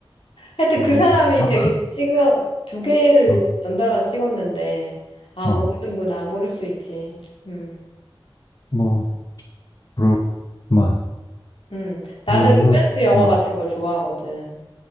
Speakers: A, on the left (about 75°); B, on the left (about 45°).
A: 하여튼
B: 그거
A: 그 사람이
B: 뭐였나?
A: 되게 찍어 두 개를
B: 어,
A: 연달아 찍었는데 아
B: 어,
A: 모르는구나 모를 수 있지. 음.
B: 뭐 그럴만.
A: 음, 나는
B: 나는
A: 로맨스 영화
B: 음.
A: 같은 걸 좋아하거든.